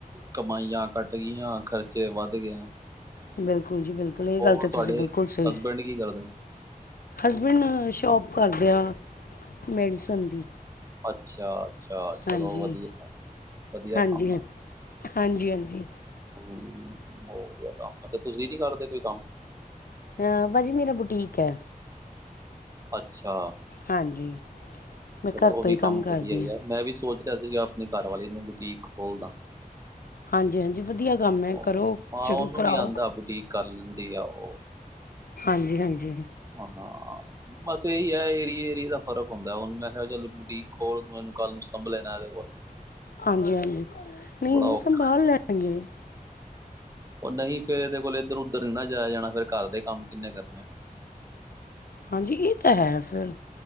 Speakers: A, on the right; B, on the left.
A: ਕਮਾਈਆਂ ਕੱਟ ਗਈਆਂ ਖਰਚੇ ਵੱਧ ਗਏ
B: ਬਿਲਕੁਲ ਬਿਲਕੁਲ ਜੀ ਬਿਲਕੁਲ ਇਹ
A: ਹੋਰ
B: ਗੱਲ ਤਾਂ
A: ਤੁਹਾਡੇ
B: ਤੁਸੀਂ ਬਿਲਕੁਲ ਸਹੀ
A: ਹਸਬੈਂਡ ਕੀ ਕਰਦੇ
B: ਹਸਬੈਂਡ ਸ਼ੋਪ ਕਰਦਿਆਂ ਮੈਡੀਸਨ ਦੀ
A: ਅੱਛਾ ਅੱਛਾ ਚਲੋ
B: ਹਾਂਜੀ
A: ਵਧੀਆ ਵਧੀਆ
B: ਹਾਂਜੀ
A: ਕੰਮ
B: ਹਾਂ-
A: ਆ
B: ਹਾਂਜੀ ਹਾਂਜੀ
A: ਹਮ ਉਹ ਵਧੀਆ ਕੰਮ ਤੇ ਤੁਸੀਂ ਨੀ ਕਰਦੇ ਕੋਈ ਕੰਮ
B: ਅਹ ਭਾਜੀ ਮੇਰਾ ਬੁਟੀਕ ਹੈ
A: ਅੱਛਾ
B: ਹਾਂਜੀ ਮੈਂ
A: ਚਲੋ
B: ਘਰ
A: ਉਹ
B: ਤੋਂ
A: ਵੀ
B: ਹੀ
A: ਕੰਮ
B: ਕਰਦੀ
A: ਵਧੀਆ ਹੀ
B: ਹਾਂ
A: ਆ ਮੈਂ ਵੀ ਸੋਚ ਰਿਹਾ ਸੀਗਾ ਆਪਣੇ ਘਰਵਾਲੀ ਨੂੰ ਬੁਟੀਕ ਖੋਲਦਾ
B: ਹਾਂਜੀ ਹਾਂਜੀ ਵਧੀਆ ਕੰਮ ਹੈ
A: ਉਹ
B: ਕਰੋ
A: ਹਾਂ
B: ਸ਼ੁਰੂ
A: ਉਹਨੂੰ
B: ਕਰਾਓ
A: ਵੀ ਆਉਂਦਾ ਬੁਟੀਕ ਕਰ ਲੈਂਦੀ ਆ ਉਹ
B: ਹਾਂਜੀ ਹਾਂਜੀ
A: ਹਾਂਾਂ ਬਸ ਇਹੀ ਹੈ ਏਰੀਏ ਏਰੀਏ ਦਾ ਫਰਕ ਹੁੰਦਾ ਹੁਣ ਮੈਂ ਕਿਹਾ ਚੱਲ ਬੁਡੀਕ ਖੋਲ ਮੈਨੂੰ ਕੱਲ ਨੂੰ ਸੰਭ ਲਣਾ ਇਹਦੇ ਕੋਲ
B: ਹਾਂਜੀ ਹਾਂਜੀ ਨਹੀਂ
A: ਬੜਾ
B: ਸੰਭਾਲ
A: ਔਖਾ
B: ਲੈਣਗੇ
A: ਉਹ ਨਹੀਂ ਫੇਰ ਇਹਦੇ ਕੋਲ ਇੱਧਰ -ਉਧਰ ਨੀ ਨਾ ਜਾਇਆ ਜਾਣਾ, ਫਿਰ ਘਰ ਦੇ ਕੰਮ ਕਿੰਨੇ ਕਰਨੇ ਆ।
B: ਹਾਂਜੀ ਇਹ ਤਾਂ ਹੈ, ਫਿਰ